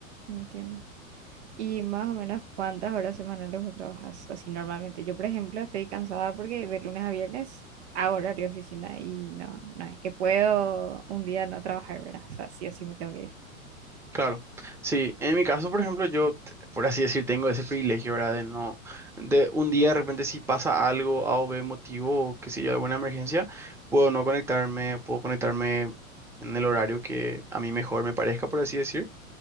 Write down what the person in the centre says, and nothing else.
Claro, sí, en mi caso, por ejemplo, yo, t- por así decir, tengo ese privilegio, ¿verdad? De no, de un día de repente si pasa algo, A o B motivo, o qué sé yo, alguna emergencia, puedo no conectarme, puedo conectarme en el horario que a mí mejor me parezca, por así decir.